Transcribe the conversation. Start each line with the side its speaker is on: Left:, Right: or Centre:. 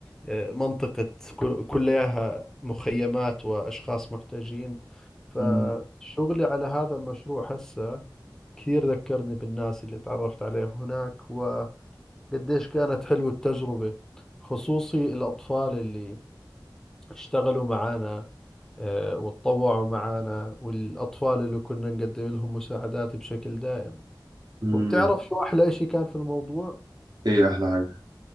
Centre: آه، منطقة كل- كلها مخيمات وأشخاص محتاجين فشغلي
Right: امم
Centre: على هذا المشروع هسه كثير ذكرني بالناس اللي تعرفت عليه هناك وقديش كانت حلوة التجربة خصوصي الأطفال اللي اشتغلوا معانا آه، وتطوعوا معانا والأطفال اللي كنا نقدم لهم مساعدات بشكل دائم
Right: امم
Centre: وبتعرف شو أحلى إشي كان في الموضوع؟
Right: ايه احلى حاجه